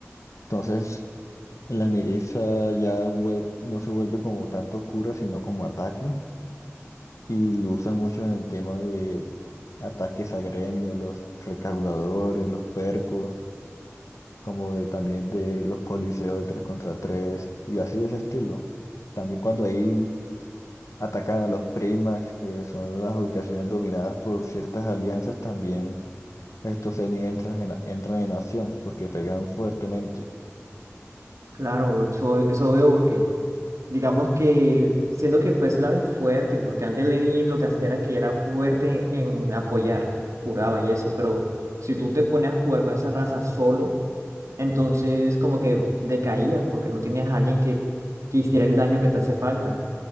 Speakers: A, on the left; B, on the right.
A: entonces La nereza ya vuel- no se vuelve como tanto cura, sino como ataque, y lo usan mucho en el tema de ataques a gremios, los recaudadores, los percos, como de también de los coliseos de 3 contra 3 y así de ese estilo. También cuando ahí atacan a los primas, que son las ubicaciones dominadas por ciertas alianzas, también estos Zeni entran en, entran en acción, porque pegan fuertemente.
B: Claro, eso, eso veo porque digamos que siendo que pues él era fuerte, porque antes Lenny lo que hacía era que era fuerte en, en apoyar, juraba y eso, pero si tú te pones a jugar con esa raza solo, entonces como que decaías porque no tenías a alguien que, que hiciera el daño que te hace falta.